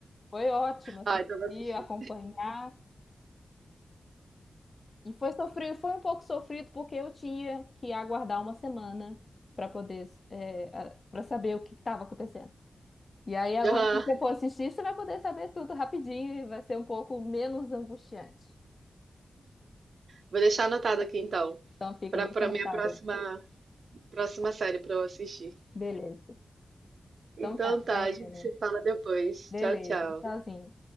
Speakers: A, on the left; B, on the right.
A: Foi ótimo assistir,
B: Ah, então vou assistir.
A: acompanhar. E foi sofrido, foi um pouco sofrido porque eu tinha que aguardar uma semana para poder para saber o que estava acontecendo. E aí agora
B: Aham.
A: se você for assistir, você vai poder saber tudo rapidinho e vai ser um pouco menos angustiante.
B: Vou deixar anotado aqui então,
A: Então fica,
B: para
A: deixa
B: para
A: anotado.
B: minha próxima
A: aí.
B: próxima série para eu assistir.
A: Beleza. Então
B: Então
A: tá,
B: tá,
A: Taiane.
B: a gente se fala depois.
A: Beleza.
B: Tchau, tchau.
A: Tchauzinho.